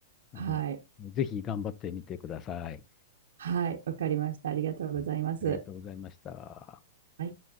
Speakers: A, on the left; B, on the right.
A: あの、
B: はい。
A: ぜひ頑張ってみてください。
B: はい。わかりました。ありがとうございます。
A: ありがとうございました。
B: はい。